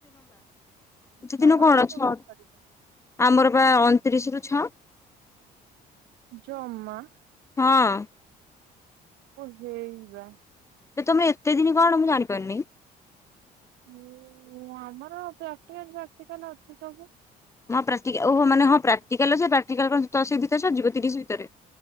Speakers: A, on the left; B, on the right.
A: ସେ
B: ତମର
A: ଦିନ କଣ
B: କେତେବେଳେ
A: ଛଅ
B: ସରିବ
A: ଆମର ପା ଅଣତିରିଶ ରୁ ଛଅ।
B: ଜମା।
A: ହଁ
B: ଓ ହେଇ ବା।
A: ଯେ ତମେ ଏତେ ଦିନି କଣ ମୁଁ ଜାଣିପାରୁନେଇଁ।
B: ମୁଁ ଆମର ପ୍ରାକ୍ଟିକାଲ ଫ୍ରାକ୍ଟିକାଲ ଅଛି ସବୁ।
A: ହଁ ପ୍ରାକ୍ଟିକା ଓହୋ ମାନେ ହଁ ପ୍ରାକ୍ଟିକାଲ ଯେ ପ୍ରାକ୍ଟିକାଲ କଣ ଦଶ ଭିତରେ ସରିିବ ତିରିଶ ଭିତରେ?